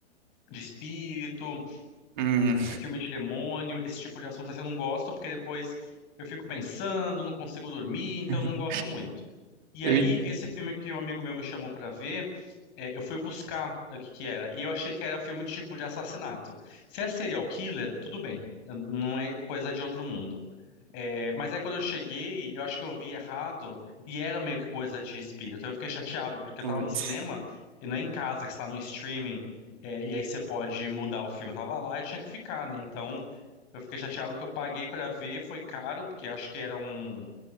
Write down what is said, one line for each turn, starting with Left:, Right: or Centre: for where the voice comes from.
Left: de espírito.
Right: Hum,
Left: se é filme de demônio, esse tipo de assunto assim, eu não gosto, porque depois eu fico pensando, não consigo dormir, então
Right: <laughs>
Left: eu não gosto muito. E
Right: eu...
Left: aí, esse filme que um amigo meu me chamou pra ver, é, eu fui buscar o que que era, e eu achei que era filme de tipo de assassinato. Se é serial killer, tudo bem, n- não é coisa de outro mundo. É, mas aí quando eu cheguei, eu acho que eu vi errado, e era meio que coisa de espírito. Eu fiquei chateado, porque eu
Right: Putz,
Left: tava no cinema, e não é em casa, que está no streaming, é, e aí você pode mudar o filme. Eu tava lá e tinha que ficar, né? Então, eu fiquei chateado porque eu paguei pra ver, foi caro, porque acho que era um,